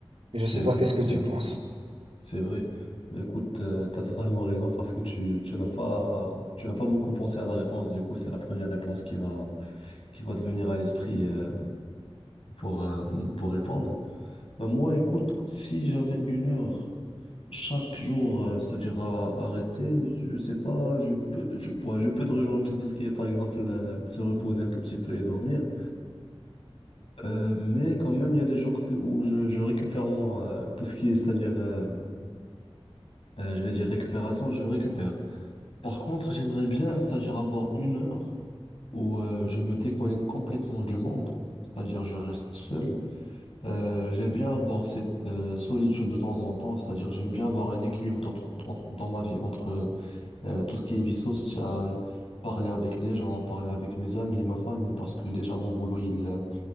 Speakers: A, on the right; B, on the left.
A: Je
B: c'est
A: sais pas,
B: vrai,
A: qu'est-ce
B: c'est
A: que tu
B: vrai.
A: penses?
B: C'est vrai. Bah, Écoute, euh, t'as totalement raison parce que tu, tu n'as pas, tu n'as pas beaucoup pensé à la réponse. Du coup, c'est la première réponse qui va, qui va te venir à l'esprit euh, pour, euh, pour répondre. Bah, moi, écoute, si j'avais une heure chaque jour, euh, c'est-à-dire à arrêter, je sais pas, je peux, je, bon, je peux te rejoindre sur tout ce qui est, par exemple, euh, se reposer un tout petit peu et dormir. Euh, mais quand même, il y a des jours que- où je, je récupère moi, euh, tout ce qui est, c'est-à-dire, euh, euh, je vais dire récupération, je récupère. Par contre, j'aimerais bien, c'est-à-dire avoir une heure où euh, je me déconnecte complètement du monde, c'est-à-dire je reste seul. Euh, j'aime bien avoir cette euh, solitude de temps en temps, c'est-à-dire j'aime bien avoir un équilibre d'entre- dans, dans ma vie entre euh, tout ce qui est vie sociale, parler avec des gens, parler avec mes amis et ma famille, parce que déjà mon boulot, il, euh,